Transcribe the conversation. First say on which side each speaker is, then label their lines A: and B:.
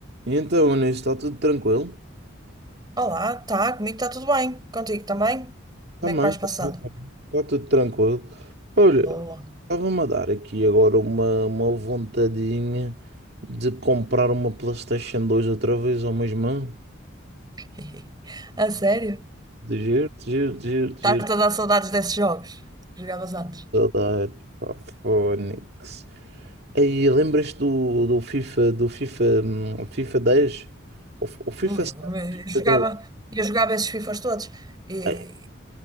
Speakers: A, on the right; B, on the right.
A: E então, Anís, está tudo tranquilo?
B: Olá, tá, comigo está tudo bem. Contigo também? Como
A: Também,
B: é que vais passando?
A: também, também. Está tudo tranquilo. Olha,
B: Boa.
A: estava-me a dar aqui agora uma, uma vontadinha de comprar uma PlayStation dois outra vez ao meu irmão.
B: <laughs> A sério?
A: De giro, de giro, de giro, de
B: Estás
A: giro.
B: a dar saudades desses jogos que jogavas antes?
A: Saudades, pá, Fónix. Aí, lembras-te do, do FIFA, do FIFA, hum, FIFA dez O, o FIFA
B: Lembro-me,
A: 7, FIFA
B: eu jogava,
A: dez
B: eu jogava esses FIFAs todos e
A: Ai,